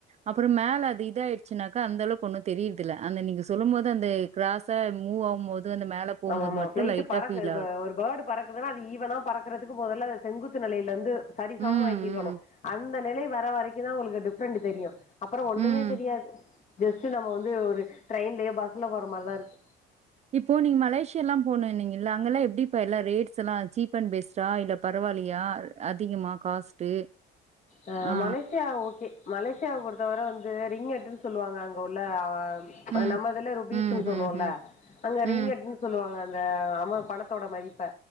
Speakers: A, on the right; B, on the left.
A: அப்புறம் மேல அது இத ஆயிருச்சுனாக்கா அந்த அளவுக்கு ஒன்னும் தெரியுதுல்ல அந்த நீங்க சொல்லும் போது அந்த கிராஸ மூவ் ஆகும்போது அந்த மேல போம்போது
B: ஆமா ஆமா
A: மட்டும்
B: பிளைட்
A: லைட்டா
B: பறக்குது
A: ஃபீல் ஆகுது.
B: ஒரு பேர்டு பறக்குதுன்னா அது ஈவ்வனா பறக்குறதுக்கு மொதல்ல செங்குத்து நிலையில இருந்து சரிசமமாக்கிக்கணும்
A: ம், ம்,
B: அந்த நிலை வர வரைக்கும் தான் உங்களுக்கு டிஃப்ரெண்ட் தெரியும் அப்புறம் ஒண்ணுமே
A: ம்.
B: தெரியாது ஜஸ்ட் நம்ம வந்து ஒரு ட்ரெயின்லயே பஸ்ல போற மாரிதான் இருக்கு
A: இப்போ நீங்க மலேசியா எல்லாம் போனும்னீங்களா அங்கல்லாம் எப்படிப்பா எல்லா ரேட்ஸ் எல்லாம் சீப் அன் பெஸ்ட்டா இல்ல பரவால்லயா அதிகமா காஸ்ட்டு
B: அ
A: ஆ.
B: மலேசியா ஓகே மலேசியாவ பொறுத்தவர வந்து ரிங் எட்டுன்னு சொல்லுவாங்க அங்க உள்ள ஆ
A: ம்,
B: நம்மதுல ருபீஸ்ன்னு
A: ம்,
B: சொல்லுவோம்ல்ல
A: ம், ம்,
B: அங்க ரிங்கட்டுனு
A: ம்,
B: சொல்லுவாங்க அ ந்த ஆமா பணத்தோட மதிப்ப